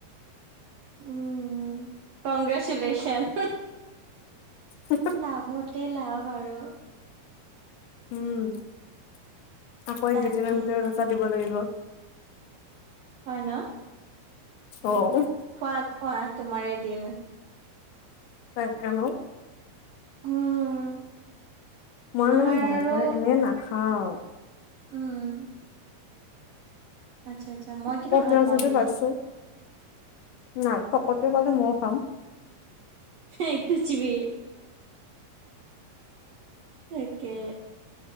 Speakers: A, on the right; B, on the left.
A: উম কংগ্ৰেচুলেচন
B: উ <inaudible>
A: লাভতে লাভ আৰু
B: উম আকৌ
A: তাকেহে
B: একিদিনৰ ভিতৰত এটা দিব লাগিব
A: হয় ন
B: অ'
A: খোৱা খোৱা তোমাৰ এ দিন
B: তাকেনো
A: উম
B: মই
A: আমাৰ
B: মানে বাৰ্গাৰ
A: আৰু
B: এনে নাখাও
A: উম আচ্ছা আচ্ছা মই কিন্তু
B: ফকত
A: ভাল পাওঁ
B: যদি
A: দেই।
B: পাইছো নাই ফকতে পালে ময় খাম
A: সেই কুষভি তাকে